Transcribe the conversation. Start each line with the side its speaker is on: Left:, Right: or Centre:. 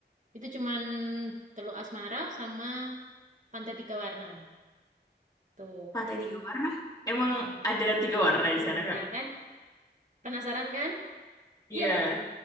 Right: Itu cuman Teluk Asmara sama Pantai Tiga Warna. Tuh.
Left: Pantai tiga warna? Emang
Right: Mm-mm.
Left: ada tiga warna di sana, Kak?
Right: Nah kan, penasaran kan?
Left: Iya.
Right: Iya,